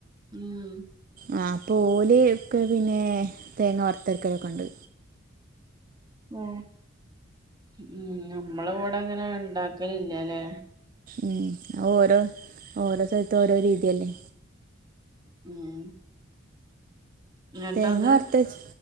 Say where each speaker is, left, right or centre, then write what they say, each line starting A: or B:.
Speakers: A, on the right (about 20°); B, on the right (about 40°).
A: ഉം
B: ആ അപ്പ ഓൽ ഒക്കെ പിന്നെ തേങ്ങ വർത്ത് അരക്കലൊക്കെ ഇണ്ട്
A: ങേ ഉം ഞമ്മൾ ഇവടെ ഇങ്ങനെ ഇണ്ടാക്കൽ ഇ ടാലെ
B: ഉം അത് ഓരോ ഓരോ സ്ഥൽത്ത് ഓരോ രീതി അല്ലേ
A: ഉം എന്നിട്ടത്
B: തേങ്ങാ വറത്തച്ച